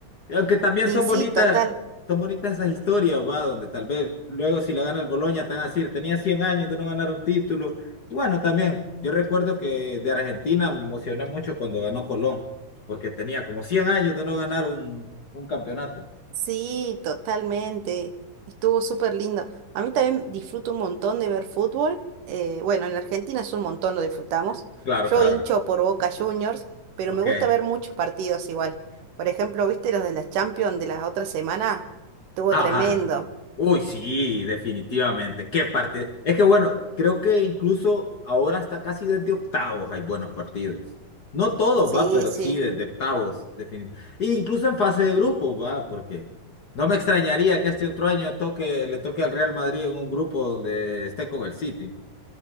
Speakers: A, on the left; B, on the right.
A: Aunque también
B: Y
A: son
B: sí,
A: bonitas,
B: total.
A: son bonitas esas historias, va, donde tal vez luego si la gana el Boloña te van a decir, tenía 100 años de no ganar un título. Y bueno, también, yo recuerdo que de Argentina me emocioné mucho cuando ganó Colón, porque tenía como 100 años de no ganar un, un campeonato.
B: Sí, totalmente. Estuvo súper lindo. A mí también disfruto un montón de ver fútbol. Eh, bueno, en la Argentina es un montón, lo disfrutamos.
A: Claro,
B: Yo
A: claro.
B: hincho por Boca Juniors, pero
A: Ok,
B: me gusta ver muchos partidos igual. Por ejemplo, ¿viste los de la Champions de la otra semana? Estuvo
A: Ajá.
B: tremendo.
A: Uy, sí, definitivamente. Qué partido. Es que bueno, creo que incluso ahora hasta casi desde octavos hay buenos partidos. No todos,
B: Sí,
A: va, pero
B: sí.
A: sí desde octavos, definitivamente. E incluso en fase de grupos, va, porque no me extrañaría que este otro año toque, le toque al Real Madrid en un grupo donde esté con el City.